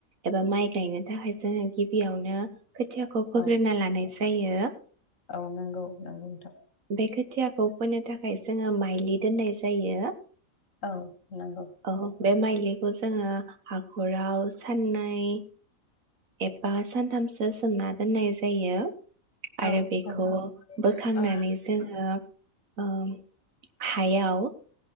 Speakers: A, on the right (about 75°); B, on the left (about 65°).
A: एबा माइ गायनो थाखाय जोङो गिबियावनो खोथियाखौ फोग्रोना
B: औ
A: लानाय जायो।
B: औ नंगौ नंगौ नोंथां
A: बे खोथियाखौ फोनो थाखाय जोङो माइलि दोननाय जायो।
B: औ नंगौ
A: औ बे माइलिखौ जोङो हाखराव साननै <inaudible> एबा सानथामसो सोमना दोननाय जायो।
B: औ
A: आरो बेखौ
B: औ
A: बोखांनानै
B: औ
A: जोङो ओ हायाव